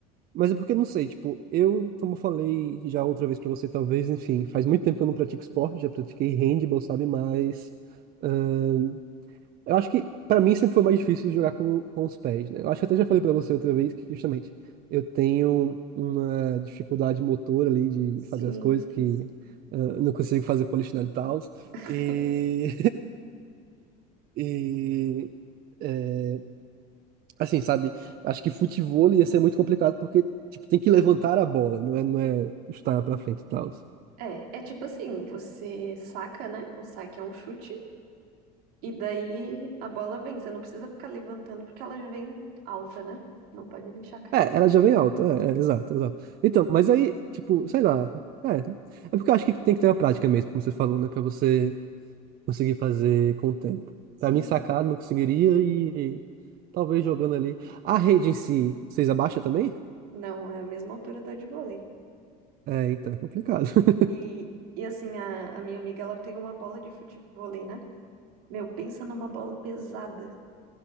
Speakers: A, on the right; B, on the right.
A: Mas é porque não sei, tipo, eu, como eu falei já outra vez pra você, talvez, enfim, faz muito tempo que eu não pratico esporte, já pratiquei handball, sabe? Mas ahn, eu acho que pra mim sempre foi mais difícil jogar com, com os pés, né? Eu acho que até já falei pra você outra vez que justamente eu tenho uma dificuldade motora ali de
B: sim
A: fazer as coisas
B: tudo
A: que
B: isso
A: ah, eu não consigo fazer polichinelo e tal.
B: <laughs>
A: E, <laughs> e é, Assim, sabe? Acho que futevôlei ia ser muito complicado porque, tipo, tem que levantar a bola, não é, não é chutar pra frente e tal.
B: É, é tipo assim, você saca, né? O saque é um chute, e daí a bola vem. Você não precisa ficar levantando porque ela já vem alta, né? Não pode deixar cair.
A: É, ela já vem alta, é, é, exato, exato. Então, mas aí, tipo, sei lá. É, é porque eu acho que tem que ter a prática mesmo, como você falou, né? Pra você conseguir fazer com o tempo.
B: Sim,
A: Pra mim, sacar, não conseguiria e talvez jogando ali. A rede em si, vocês abaixam também?
B: não, é a mesma altura da de vôlei.
A: É, então é complicado. <laughs>
B: E, e assim, a, a minha amiga, ela tem uma bola de futevôlei, né? Meu, pensa numa bola pesada.